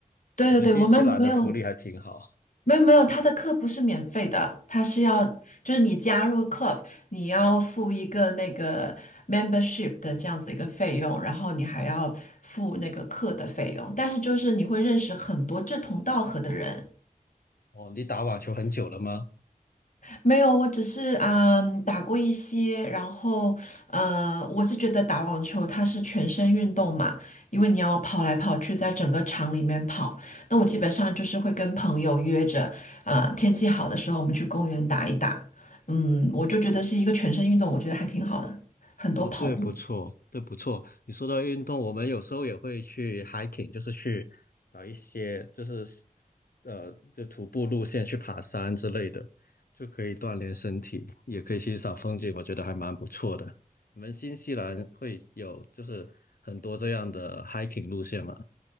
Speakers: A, on the left (about 60°); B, on the left (about 80°).
A: 对对对，
B: 你们新西兰的福利还挺好
A: 我们没有，没有没有，他的课不是免费的，他是要就是你加入 club，你要付一个那个 membership 的这样子一个费用，然后你还要付那个课的费用，但是就是你会认识很多志同道合的人，
B: 哦，你打网球很久了吗？
A: 没有，我只是嗯打过一些，然后呃，我是觉得打网球它是全身运动嘛，因为你要跑来跑去，在整个场里面跑。那我基本上就是会跟朋友约着，呃，天气好的时候我们去公园打一打。嗯，我就觉得是一个全身运动，我觉得还挺好的，很多跑步。
B: 哦，对，不错，对，不错。你说到运动，我们有时候也会去 hiking，就是去找一些就是呃，就徒步路线去爬山之类的，就可以锻炼身体，也可以欣赏风景，我觉得还蛮不错的。你们新西兰会有就是很多这样的 hiking 路线吗？